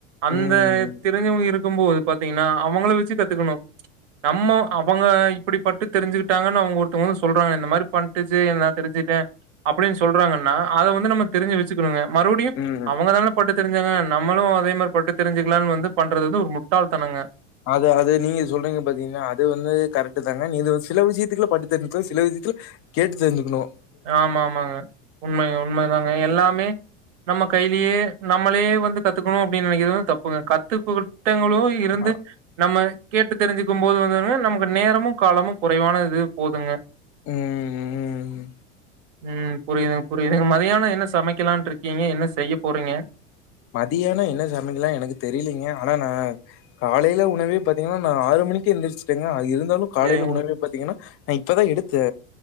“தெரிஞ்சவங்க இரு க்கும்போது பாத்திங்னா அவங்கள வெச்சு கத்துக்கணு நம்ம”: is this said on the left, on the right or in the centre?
Right